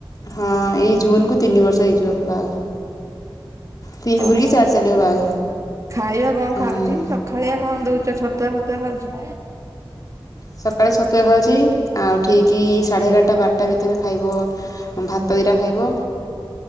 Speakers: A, on the left; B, on the right.
A: ହଁ ଏଇ ଜୁନ କୁ ତିନି ବର୍ଷ ହେଇଯିବ ବାହାଘର। ତିନି
B: ଓହୋ
A: ପୁରିକି ଚାରି ଚାଲିବ ବାହାଘର।
B: ଖାଇବା କଣ
A: ହୁଁ
B: ଖାଉଛି ସ ଖାଳିଆ କଣ ଦେଉଛ ଛତୁଆ ଫତୁଆ ଖାଉଛି?
A: ସକାଳେ ଛତୁକା ଖାଉଛି ଆଉ ଠିକ ସାଢ଼େ ଏଗାରଟା ବାରଟା ଭିତରେ ଖାଇବ ଭାତ ଦିଟା ଖାଇବ।